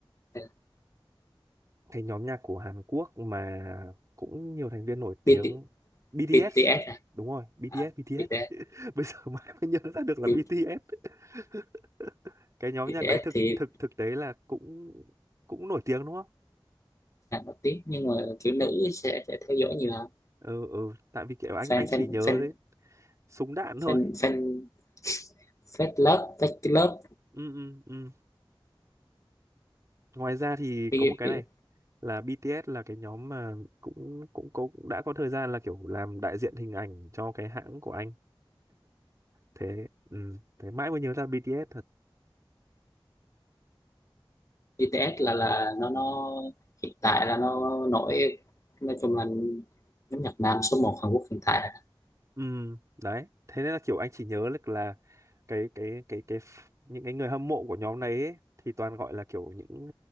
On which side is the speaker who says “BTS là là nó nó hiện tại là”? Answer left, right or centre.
Left